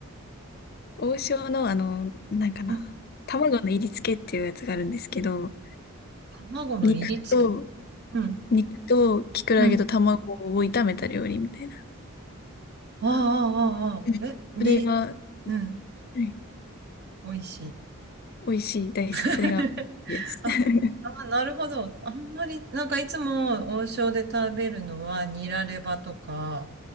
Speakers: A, on the left; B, on the right.
A: 王将のあの、なんかな、
B: うん。
A: 卵の入り付けっていうやつがあるんですけど、
B: 卵の入り付け
A: 肉と、
B: うん。
A: 肉ときくらげと卵を炒めた料理みたいな。
B: うん。ああ、ああ、ああ。
A: うんそれが、
B: え、に、
A: は
B: うん。
A: い
B: 美味しい。
A: 美味しいです。
B: <laughs>
A: それが、です。
B: あ、
A: <laughs>
B: あ、なるほど。あんまり、なんかいつも王将で食べるのはニラレバとか、